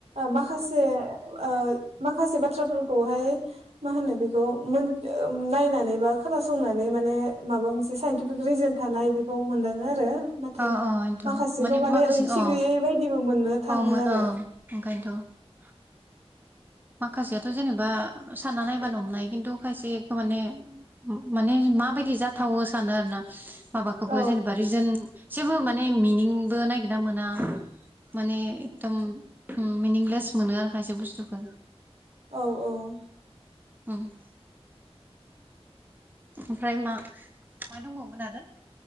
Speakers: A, on the right; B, on the right.
A: माखासे ओ माखासे बाथ्राफोरखौहाय मा होनो बेखौ मोन ओ नायनानै बा खोनासंनानै माने माबा मोनसे साइन्टिफिक रिजोन थानाय बेखौ मोनदाङो आरो ।
B: अ अ इनोथ'
A: माखासेखौ माने
B: माखासे
A: ओंथि
B: अ
A: गैयै बायदिबो मोननो थाङो
B: अ मो
A: आरो
B: ओं
A: ।
B: <unintelligible> माखासेयाथ जेनेबा सानना नायबानो हमनाय खिन्थु खायसेखो माने माने माबायदि जाथावो सानो आरो ना । माबाखौबो
A: औ
B: जेनेबा रिजोन जेबो माने मिनिंबो नागिरना मोना । माने एकदम उम्म मिनिंलेस मोनो आरो खायसे बुस्थुखो
A: औ औ
B: उम्म ओमफ्राय मा मा दंबावमोन आरो?